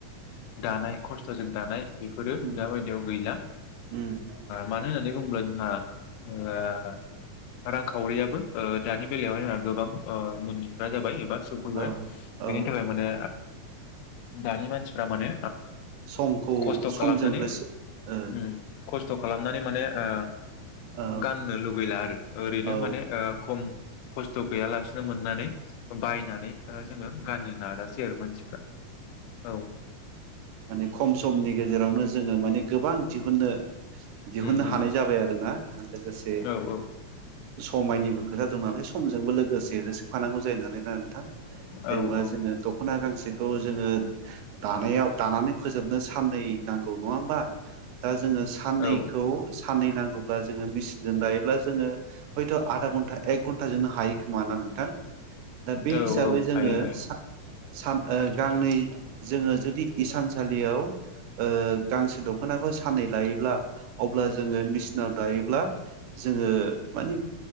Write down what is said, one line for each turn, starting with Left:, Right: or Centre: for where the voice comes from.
Left: दानाय खस्थ'जों दानाय बेफोरो
Right: उम
Left: दा बायदियाव गैला
Right: उम
Left: मानो होननानै बुङोब्ला जोंहा ओ रांखावरियाबो। ओ दानि बेलायावहाय जोंहा गोबां मोनग्रा जाबाय एबा सफैबाय
Right: औ औ
Left: बेनि थाखाय माने दानि मानसिफ्रा माने
Right: समखौ
Left: खस्थ'
Right: समजों
Left: खालामनानै
Right: होसो
Left: उम
Right: ओ
Left: खस्थ' खालामनानै माने ओ
Right: औ
Left: गाननो लुबैला आरो ओरैनो
Right: औ
Left: माने ओ। खम खस्थ' गैयालासिनो मोननानै बायनानै ओ जोङो गाननो नाजासै आरो मानसिफ्रा औ।
Right: माने खम समनि गेजेरावनो जोङो माने गोबां दिहुननो। दिहुननो
Left: उम
Right: हानाय
Left: उम
Right: जाबाय आरो ना लोगोसे
Left: औ औ
Right: समायनि खोथा दं नालाय समजोंबो लोगोसेनो सोफानांगौ जायो नालाय ना नोंथां जेनेबा
Left: औ औ
Right: जोङो दख'ना गांसे बेखौ जोङो दानायाव दानानै फोजोबनो साननै नांगौ नङा होमबा? दा जोङो साननैखौ
Left: औ
Right: साननै नांगौब्ला जोङो मेचसिनजों दायोब्ला जोङो हयथ' आधा घन्टा, एक घन्टाजोंनो हायो खोमा ना नोंथां? दा बे
Left: औ
Right: हिसाबै
Left: औ
Right: जोङो
Left: हायो हायो
Right: सान गांनै जोङो जुदि इसानसालियाव ओ गांसे दख'नाखौ साननै लायोब्ला अब्ला जोङो मेचिनाव दायोब्ला जोङो मानि